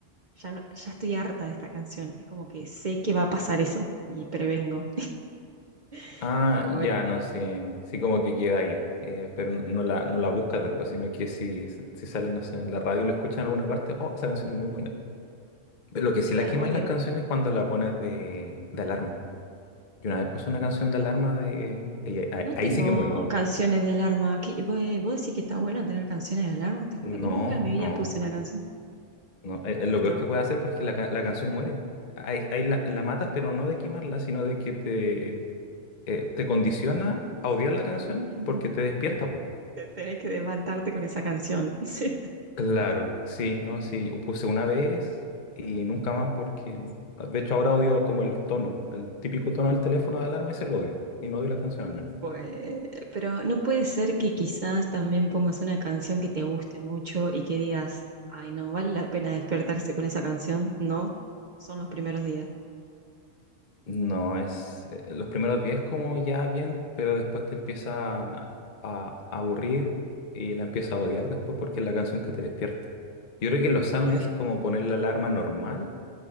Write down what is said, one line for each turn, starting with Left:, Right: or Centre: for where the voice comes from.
Right: ya no, ya estoy harta de esta canción. Es como que sé que va a pasar eso y prevengo. <laughs>
Left: Ah,
Right: Pero
Left: ya,
Right: bueno,
Left: no, sí, sí como que queda ahí, eh, pero no la, no la buscas después, sino que si, si sale, no sé, en la radio y lo escuchan en alguna parte, oh, esa canción es muy buena. Pero lo que sí
Right: claro,
Left: la queman
Right: bueno.
Left: las canciones es cuando la pones de, de alarma. Yo una vez puse una canción de alarma de... y ahí, ahí-
Right: No
Left: ahí
Right: tengo
Left: sí que muero.
Right: canciones de alarma. ¿Qué- ¿Vos, vos decís que está bueno tener canciones de alarma? Te juro
Left: No,
Right: que nunca en mi
Left: no,
Right: vida puse una canción.
Left: no, es, es lo peor
Right: No.
Left: que puede
Right: <laughs>
Left: hacer porque la, ca- la canción muere. Ahí, ahí la, la matas, pero no de quemarla, sino de que te, eh, te condiciona a odiar la canción
Right: Mm.
Left: porque te despierta, po.
Right: Te tenés que levantarte con esa canción. <laughs> Sí.
Left: Claro, sí, no, sí, yo puse una vez y nunca más porque, de hecho ahora odio como el tono, el típico tono del teléfono de alarma es el odio y no odio la canción al menos.
Right: Pues, pero no puede ser que quizás también pongas una canción que te guste mucho y que digas, ay, no, vale la pena despertarse con esa canción. No, son los primeros días.
Left: No, es eh, los primeros 10 como ya bien, pero después te empieza a, a aburrir y la empieza a odiar después porque es la canción que te despierta. Yo creo que lo sano
Right: O sea,
Left: es como poner la alarma normal